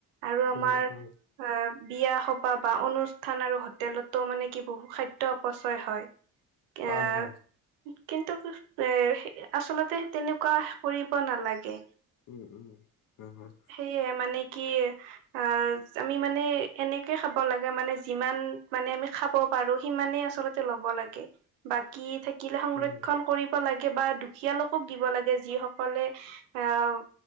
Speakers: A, on the right; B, on the left.
A: আৰু আমাৰ
B: উম উম
A: অ, বিয়া সবাহ বা অনুষ্ঠান আৰু হোটেলতো মানে কি, বহু খাদ্য অপচয় হয়।
B: হয়
A: এয়া,
B: হয়
A: কিন্তু <unintelligible> আচলতে, তেনেকুৱা কৰিব নালাগে।
B: উম, উম, হয়, হয়।
A: সেয়ে, মানে কি আ, আমি মানে, এনেকে খাব লাগে মানে, যিমান মানে, আমি খাব পাৰোঁ, সিমানে আচলত ল'ব লাগে। বাকী থাকিলে সংৰক্ষন
B: উম
A: কৰিব লাগে, বা দুখীয়া লোকক দিব লাগে, যি সকলে আহ,